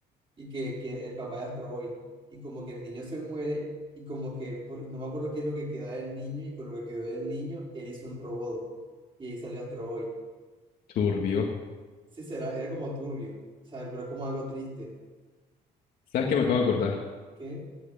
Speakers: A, on the right; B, on the left.
A: y que, que el papá de Astro Boy. Y como que el niño se muere, y como que pues, no me acuerdo qué es lo que queda del niño, y con lo que quedó del niño, él hizo un robot. Y ahí salió Astro Boy.
B: Turbio.
A: Sí, será, era como turbio, ¿sabes? Pero es como algo triste.
B: ¿Sabes qué me acabo de acordar?
A: ¿Qué?